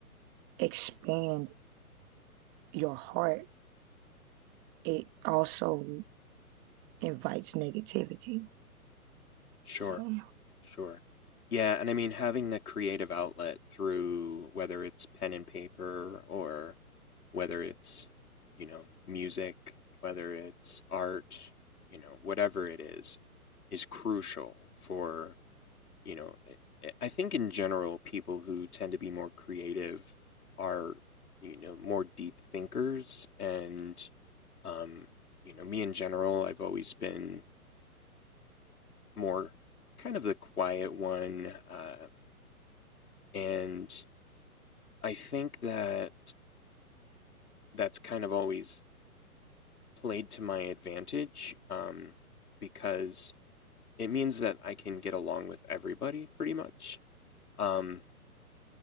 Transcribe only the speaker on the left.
sure,
sure. Yeah, and I mean having that creative outlet through whether it's pen and paper or whether it's, you know, music, whether it's art, you know, whatever it is, is crucial for you know, I- I think in general, people who tend to be more creative are, you know, more deep thinkers. And, um, you know, me in general, I've always been more kind of the quiet one. Uh, and I think that that's kind of always played to my advantage um, because it means that I can get along with everybody pretty much. Um,